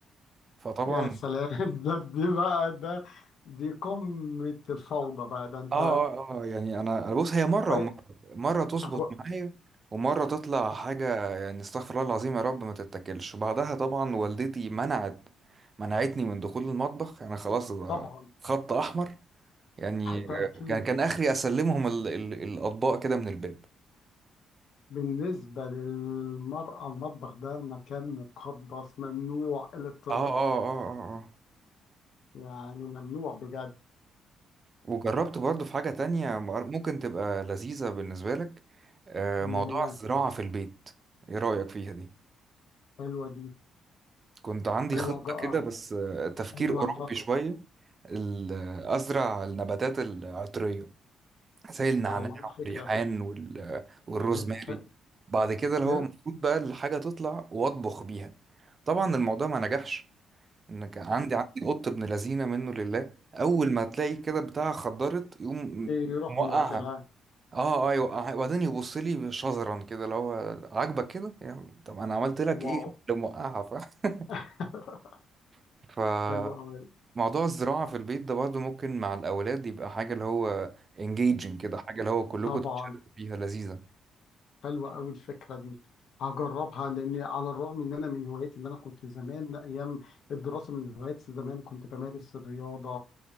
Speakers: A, on the right (about 35°); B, on the left (about 65°).
A: فطبعا
B: يا سلام <laughs> ده دي بقى ده دي قمة الفوضى بقى ده انت
A: اه اه آه، يعني انا أنا بص هي مره
B: كوي-
A: ومره مره تظبط
B: كو-
A: معايا ومره تطلع حاجه يعني استغفر الله العظيم يا رب ما تتاكلش وبعدها طبعا والدتي منعت منعتني من دخول المطبخ انا خلاص بقى
B: طبعا
A: خط احمر يعني
B: ده اكيد
A: آه، كان كان اخري اسلمهم ال ال الاطباق كده من الباب
B: بالنسبة للمرأة المطبخ ده المكان مقدس ممنوع الاقتراب
A: اه اه اه اه آه.
B: يعني ممنوع بجد
A: وجربت برضو في حاجه تانية ممكن تبقى لذيذه بالنسبه لك آه،
B: اللي
A: موضوع
B: هي
A: الزراعه في البيت ايه رايك فيها دي
B: حلوة دي
A: كنت عندي
B: حلوة
A: خطة
B: جاء
A: كده بس آه، تفكير
B: حلوة
A: أوروبي
B: نفقة
A: شوية ال- آه، أزرع النباتات العطرية زي النعناع
B: والله فكرة
A: والريحان وال- آه، والروزماري
B: ح- ح-
A: بعد كده اللي
B: حلو
A: هو المفروض بقى الحاجة تطلع وأطبخ بيها طبعا الموضوع ما نجحش إن كان عندي عندي قط ابن لذينة منه لله أول ما تلاقي كده بتاعها خضرت يقوم
B: يروح
A: موقعها
B: ماكلها
A: اه اه يوقعها وبعدين يبص لي شزرا كده اللي هو عاجبك كده يعني طب انا عملت لك
B: واو
A: ايه لو موقعها فاهم
B: <laughs>
A: <laughs>
B: حلوة أوي
A: موضوع الزراعة في البيت ده برضه ممكن مع الأولاد يبقى حاجة اللي هو engaging كده حاجة اللي هو كلكم
B: طبعا
A: تتشاركوا فيها لذيذة
B: حلوة أوي الفكرة دي هجربها لأن على الرغم إن أنا من هواياتي اللي أنا كنت زمان أيام الدراسة من هوايات زمان كنت بمارس الرياضة